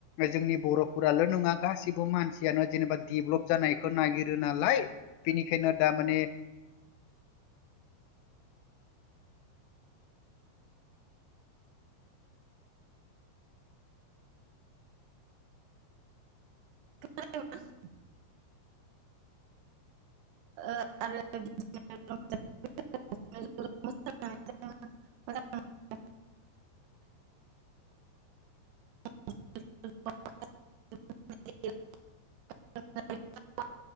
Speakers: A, on the left (about 80°); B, on the right (about 75°).
A: जोंनि बर'फोराल' नङा गासिबो मानसियानो जेनेबा देभलप जानाय नागिरो नालाय बेनिखायनो दा माने
B: <unintelligible> ओ आरो बिदिनो <unintelligible> <unintelligible> <unintelligible>